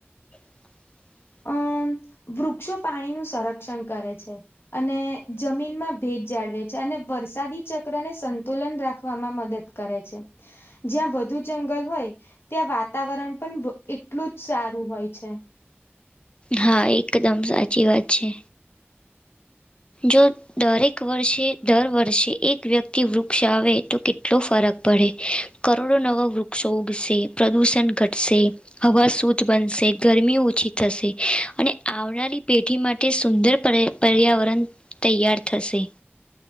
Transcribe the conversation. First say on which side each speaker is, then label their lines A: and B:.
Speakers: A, on the left; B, on the left.
A: <inaudible>
B: અમ વૃક્ષો પાણીનું સંરક્ષણ કરે છે. અને જમીનમાં ભેજ જાળવે છે અને વરસાદી ચક્રને સંતુલન રાખવામાં મદદ- - કરે છે. જ્યાં વધુ જંગલ હોય ત્યાં વાતાવરણ પણ એટલું જ સારું હોય છે. તો- -
A: હા એકદમ સાચી વાત છે. જો- - દરેક વર્ષે દર વર્ષે એક વ્યક્તિ વૃક્ષ આવે તો કેટલો ફરક પડે- - કરોડો નવા વૃક્ષોગસે પ્રદૂષણ ઘટશે. હવા શુદ્ધ બનશે ગરમી ઓછી થશે અને આવનારી પેઢી માટે સુંદર પર્ય- - પર્યાવરણ તૈયાર થશે.